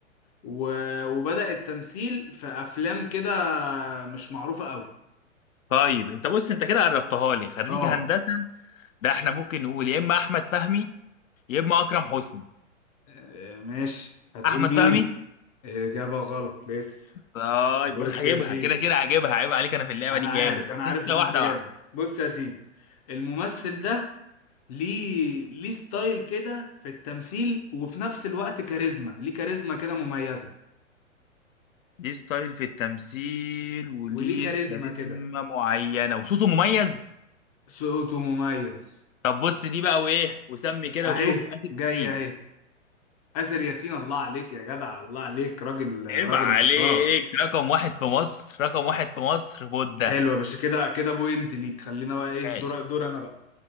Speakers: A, on the left; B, on the left.
A: و- وبدأ التمثيل في افلام كده مش معروفه قوي
B: طيب انت بص انت كده قربتها لي خريج
A: اه
B: هندسه ده احنا ممكن نقول يا اما احمد فهمي يا اما اكرم حسني
A: آه، ماشي هتقول
B: احمد
A: مين
B: فهمي
A: اجابه غلط لسه
B: طيب
A: بص
B: هجيبها
A: يا سيدي
B: كده كده هجيبها عيب عليك انا في اللعبه
A: انا
B: دي جامد
A: عارف
B: بس
A: انا عارف
B: انت
A: ان
B: واحده
A: انت جامد
B: واحده
A: بص يا سيدي الممثل ده ليه ليه ستايل كده في التمثيل وفي نفس الوقت كاريزما ليه كاريزما كده مميزة
B: ليه ستايل في التمثيل وليه
A: وليه كاريزما
B: كاريزما
A: كده
B: معينة وصوته مميز
A: صوته مميز
B: طب بص دي بقى وإيه وسمي كده
A: اهي
B: وشوف آسر
A: جاي
B: ياسين
A: اهي آسر ياسين الله عليك يا جدع الله عليك راجل راجل
B: عيب عليك
A: محترم
B: رقم واحد في مصر رقم واحد في مصر بودة
A: حلو يا باشا كده كده بوينت ليك خلينا بقى ايه
B: ماشي
A: دور دور انا بقى